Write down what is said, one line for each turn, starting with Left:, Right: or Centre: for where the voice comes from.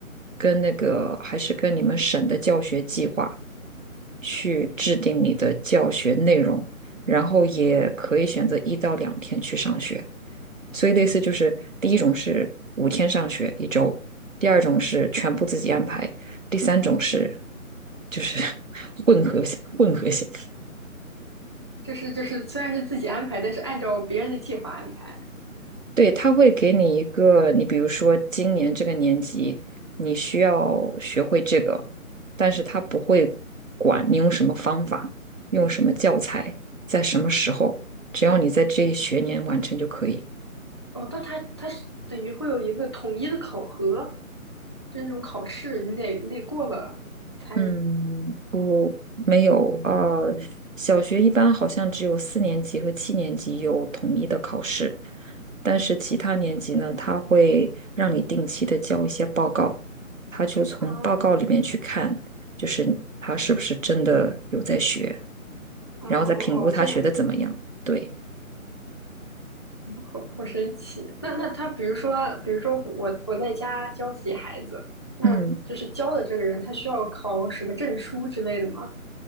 Right: 跟那个还是跟你们省的教学计划去制定你的教学内容，然后也可以选择一到两天去上学。所以类似就是第一种是五天上学一周，第二种是全部自己安排，第三种是就是 <laughs> 混合型混合型。
Left: 就是就是虽然是自己安排，但是按照别人的计划安排。
Right: 对，他会给你一个，你比如说今年这个年级你需要学会这个，但是他不会管你用什么方法，用什么教材，在什么时候，只要你在这一学年完成就可以。
Left: 哦，但他他是等于会有一个统一的考核，就是那种考试，你得你得过了才
Right: 嗯，不，没有。啊。嗯小学一般好像只有四年级和七年级有统一的考试，但是其他年级呢，他会让你定期的交一些报告，他就从报告里面去看，
Left: 啊。哦
Right: 就是他是不是真的有在学，
Left: 哦
Right: 然后再评估他学的怎么样。
Left: 哦，这样子，
Right: 对，
Left: 好好神奇。那那他，比如说，比如说我我在家教自己孩子，那就是教的这个人，
Right: 嗯，
Left: 他需要考什么证书之类的吗？